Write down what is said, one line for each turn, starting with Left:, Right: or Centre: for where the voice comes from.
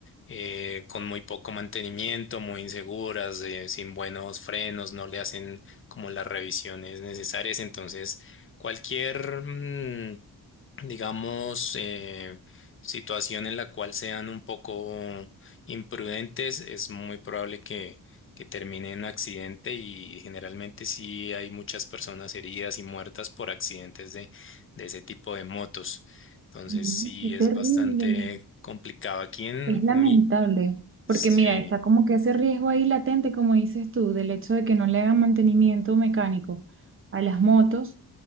Left: eh, con muy poco mantenimiento, muy inseguras, eh, sin buenos frenos, no le hacen como las revisiones necesarias. Entonces, cualquier, mm, digamos, eh, situación en la cual sean un poco imprudentes, es muy probable que, que termine en accidente y generalmente sí hay muchas personas heridas y muertas por accidentes de, de ese tipo de motos. Entonces
Right: Mm,
Left: sí
Right: Qué
Left: es
Right: terrible,
Left: bastante complicado. Aquí en,
Right: es lamentable,
Left: en mi,
Right: porque
Left: Sí.
Right: mira, está como que ese riesgo ahí latente, como dices tú, del hecho de que no le hagan mantenimiento mecánico a las motos,